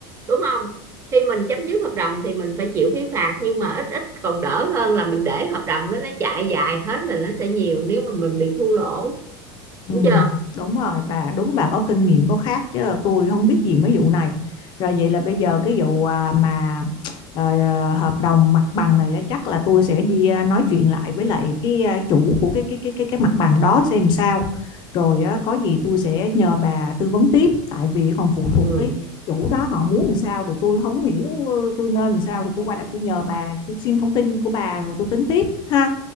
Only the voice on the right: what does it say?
đúng không khi mình chấm dứt hợp đồng thì mình phải chịu phí phạt nhưng mà ít ít còn đỡ hơn là mình để hợp đồng đó nó chạy dài hết là nó sẽ nhiều nếu mà mình bị thua lỗ
đúng chưa
ừ.